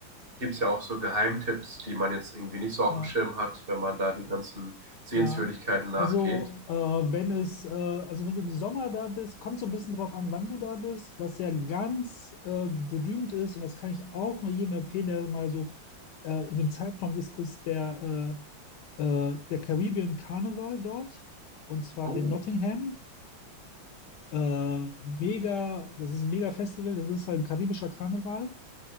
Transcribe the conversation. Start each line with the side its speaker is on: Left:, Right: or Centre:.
Right: gibt es ja auch so Geheimtipps, die man jetzt irgendwie nicht so auf
Left: ja.
Right: dem Schirm hat, wenn man da die ganzen Sehenswürdigkeiten
Left: Ja,
Right: nachgeht.
Left: also äh, wenn es, äh, also wenn du im Sommer da bist, kommt so ein bisschen drauf an, wann du da bist, was ja ganz äh, berühmt ist und das kann ich auch nur jedem empfehlen, der mal so äh, in dem Zeitraum ist, ist der, äh, äh, der Caribbean Carnival dort und zwar
Right: Oh,
Left: in Nottingham. Äh, mega, das ist ein mega Festival, das ist halt ein karibischer Karneval,